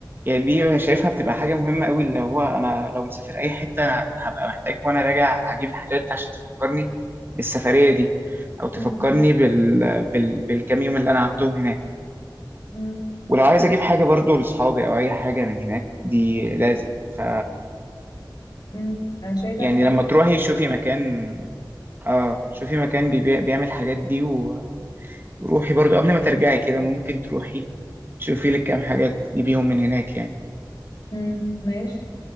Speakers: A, on the right; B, on the left.
A: يعني دي شايفها بتبقى حاجه مهمه قوي اللي هو انا لو مسافر اي حته أنا هبقى محتاج وانا راجع اجيب حاجات عشان تفكرني بالسفريه دي او تفكرني
B: امم
A: بال... بال... بالكام يوم اللي انا قعدتهم هناك
B: امم
A: ولو عايز اجيب حاجه برضو لاصحابي او اي حاجه من هناك دي لازم ف
B: امم انا شايفه
A: يعني
B: ان فعلا
A: لما تروحي شوفي مكان اه شوفي مكان بيبيع بيعمل الحاجات دي و... وروحي برضو قبل ما ترجعي كده ممكن تروحي تشوفي لك كام حاجة تجيبيهم من هناك يعني
B: امم ماشي